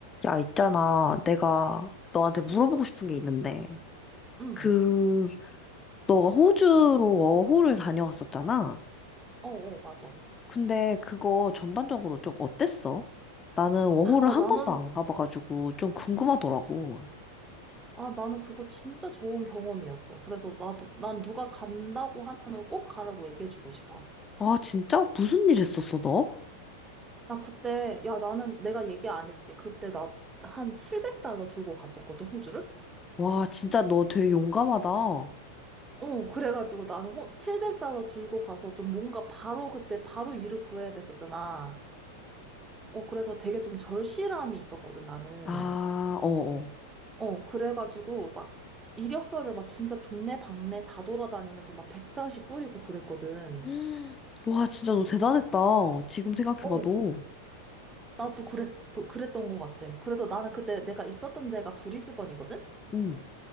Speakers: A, on the left; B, on the right.
A: 야, 있잖아. 내가 너한테 물어보고 싶은 게 있는데,
B: 응.
A: 그, 너가 호주로 워홀을 다녀왔었잖아.
B: 어어, 맞아.
A: 근데 그거 전반적으로 좀 어땠어? 나는 워홀을
B: 야,
A: 한
B: 나는,
A: 번도 안 가봐가지고 좀 궁금하더라고.
B: 아, 나는 그거 진짜 좋은 경험이었어. 그래서 나도, 난 누가 간다고 하면은 꼭 가라고 얘기해주고 싶어.
A: 와, 진짜? 무슨 일 했었어, 너?
B: 나 그때, 야, 나는 내가 얘기 안 했지. 그때 나 한 700달러 들고 갔었거든, 호주를?
A: 와, 진짜 너 되게 용감하다. 어.
B: 어, 그래가지고 나는 호, 700달러 들고 가서 좀 뭔가 바로 그때 바로 일을 구해야 됐었잖아. 어, 그래서 되게 좀 절실함이 있었거든, 나는.
A: 아, 어, 어.
B: 어, 그래가지고 막 이력서를 막 진짜 동네 방네 다 돌아다니면서 막 100장씩 뿌리고 그랬거든.
A: 음, 와, 진짜 너 대단했다. 지금 생각해봐도.
B: 어, 나도 그랬, 도- 그랬던 것 같아. 그래서 나는 그때 내가 있었던 데가 브리즈번이거든?
A: 응.